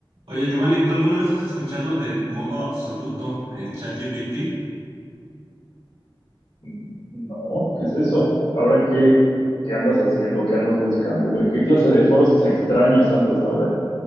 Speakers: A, on the right (about 85°); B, on the left (about 80°).
A: Oye, Giovanni, ¿tú alguna vez has escuchado del modo absoluto en ChatGPT?
B: Mm, No, ¿qué es eso? Ahora qué, qué andas haciendo, qué andas buscando, en qué clase de foros extraños andas ahora.